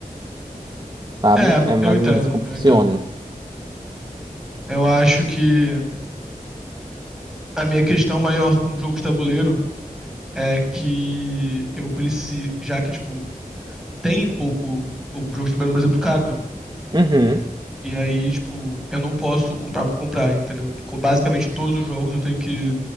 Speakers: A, on the right; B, in the centre.
A: sabe?
B: É,
A: É mais
B: eu entendo,
A: ou menos assim como
B: eu
A: funciona.
B: entendo. Eu acho que a minha questão maior com jogos de tabuleiro é que eu preciso, já que, tipo, tem pouco o jogo de tabuleiro no Brasil é muito caro, né?
A: Uhum.
B: E aí, tipo, eu não posso comprar por comprar, entendeu? Co- Basicamente, todos os jogos eu tenho que